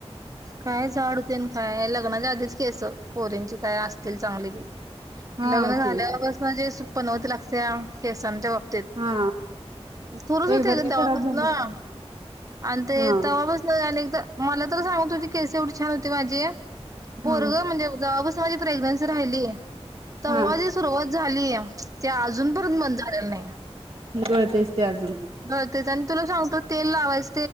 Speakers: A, on the right; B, on the right.
A: काय जाड होते ना काय लग्नाच्या आधीच केस पोरींची काय असतील चांगली ती.
B: हा
A: लग्न झाल्याव
B: ते
A: बस जे पनवती लागतेया. केसाणाच्या बाबतीत
B: हा
A: सुरुस होते
B: एकदा
A: ग
B: ती
A: तेव्हा
B: खराब
A: पासून.
B: झाली
A: आणि ते
B: हा
A: तेव्हा पासन आणि एकदा मला तर सांगत होती तुझी केस एवढी छान होती. माझी पोरग
B: हा
A: म्हणजे जवा पासन माझी प्रेग्नन्सी राहिली. तव्हा
B: हा
A: जी सुरुवात झालीय ते अजूनपर्यंत बंद झालेल नाही.
B: गळतेच ते अजून.
A: हो तेच आणि तुला सांगतो तेल लावायच